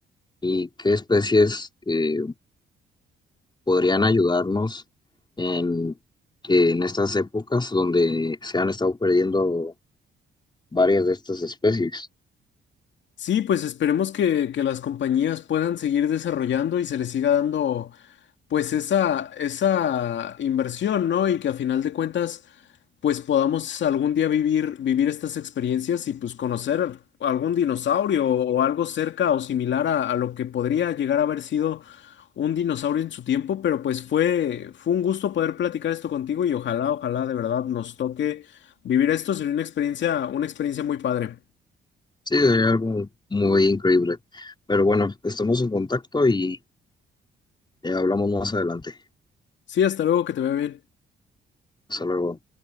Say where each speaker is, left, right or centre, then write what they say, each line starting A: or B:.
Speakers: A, on the left; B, on the left.
A: y qué especies eh, podrían ayudarnos en, en estas épocas donde se han estado perdiendo varias de estas especies.
B: Sí, pues esperemos que, que las compañías puedan seguir desarrollando y se les siga dando pues esa, esa inversión, ¿no? Y que a final de cuentas, pues podamos algún día vivir, vivir estas experiencias y pues conocer algún dinosaurio o algo cerca o similar a, a lo que podría llegar a haber sido un dinosaurio en su tiempo, pero pues fue, fue un gusto poder platicar esto contigo y ojalá, ojalá de verdad nos toque vivir esto, sería una experiencia, una experiencia muy padre.
A: Sí, sería algo muy increíble. Pero bueno, estamos en contacto y eh, hablamos más adelante.
B: Sí, hasta luego, que te vea bien.
A: Hasta luego.